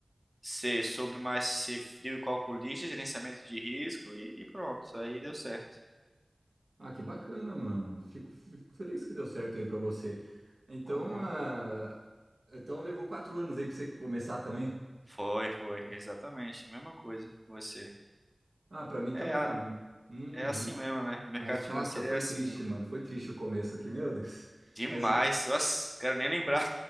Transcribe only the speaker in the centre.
ser, soube mais ser frio e calculista, gerenciamento de risco e, e pronto. Aí deu certo.
Aham.
Foi, foi, exatamente. Mesma coisa que você.
É, a-
é assim mesmo, né? O mercado
financeiro
é assim
mesmo.
Demais.
Nossa, quero nem lembrar.